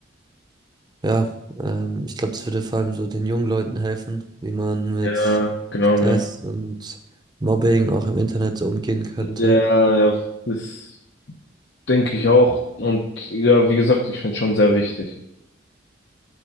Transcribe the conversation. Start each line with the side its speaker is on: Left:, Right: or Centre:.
Right: ja, ähm, ich glaube, das würde vor allem so den jungen Leuten helfen, wie man mit
Left: Ja, genau,
Right: Stress
Left: genau.
Right: und Mobbing auch im Internet so umgehen könnte.
Left: Ja, ja, das denke ich auch. Und ja, wie gesagt, ich finde es schon sehr wichtig.